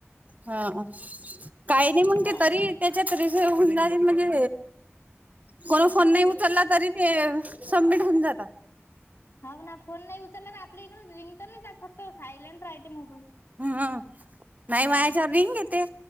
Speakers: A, on the right; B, on the left.
A: हां काही नाही मग,
B: हा
A: ते तरी त्याच्याति हंड म्हणजे कोण फोन
B: हो
A: नाही
B: ते
A: उचलला तरी, ते सबमिट होऊन जातात.
B: हाव ना. फोन नाही उचलला तर, आपल्या इकडून रिंग तर नाही जात. फक्त सायलेंट राहते मोबाईल.
A: हम्म नाही
B: हम्म.
A: माच्यावर रिंग येते